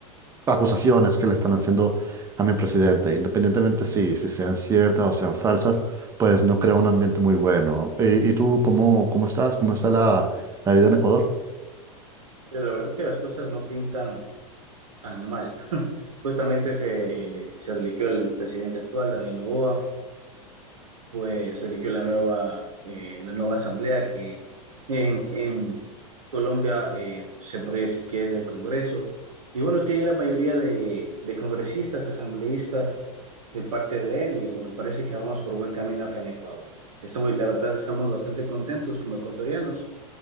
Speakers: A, on the right (about 15°); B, on the right (about 80°).
A: acusaciones que le están haciendo a mi presidente. Independientemente si, si sean ciertas o sean falsas, pues no crea un ambiente muy bueno. ¿Y, y tú cómo, cómo estás? ¿Cómo está la, la vida en Ecuador?
B: Pero la verdad que las cosas no pintan tan mal. <laughs> Justamente se, eh, le- se religió el presidente actual, Daniel Noboa. pues se eligió la nueva, eh, la nueva asamblea que en, en Colombia eh, se proyecta que es del Congreso. Y bueno, tiene la mayoría de, de congresistas, asambleístas de parte de él y bueno, parece que vamos por buen camino acá en Ecuador. Estamos, la verdad, estamos bastante contentos como ecuatorianos